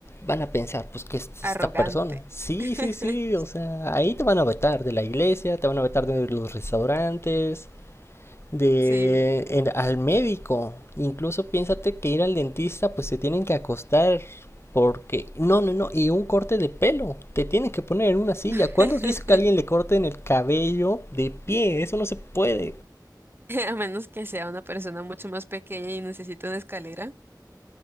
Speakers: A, on the left; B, on the right.
A: van a pensar, pues, qué es
B: Arrogante.
A: esta persona? Sí,
B: <laughs>
A: sí, sí, o sea, ahí te van a vetar de la iglesia, te van a vetar de los restaurantes, de
B: Sí.
A: en- al médico. Incluso piénsate que ir al dentista, pues se tienen que acostar porque no, no, no, y un corte de pelo, te tienen que poner en una silla.
B: <laughs>
A: ¿Cuándo has visto que a alguien le corten el cabello de pie? Eso no se puede.
B: A menos que sea una persona mucho más pequeña y necesite una escalera,